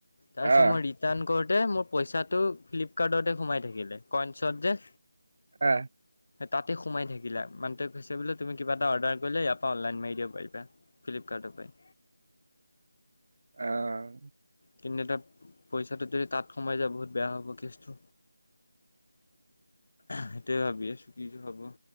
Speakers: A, on the left; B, on the right.
A: তাছত
B: আহ
A: মই ৰিটাৰ্ণ কৰ মোৰ পইচাটো ফ্লিপকাৰ্টতে সোমাই থাকিলে কইনছত যে
B: আহ
A: তাতে সোমাই থাকিলা মানুটোৱে কৈছে বোলে তুমি কিব এটা অৰ্ডাৰ কৰিলে ইয়াৰ পৰা অনলাইন মাৰ দিব পাৰিম ফ্লিপকাৰ্টৰপাই।
B: আহ।
A: কিন্তু এটা পইচাটো যদি তাত সোমাই যায় বহুত বেয়া হ'ব কেছটো সেইটোৱে ভাবি আছোঁ কিনো হব <inaudible>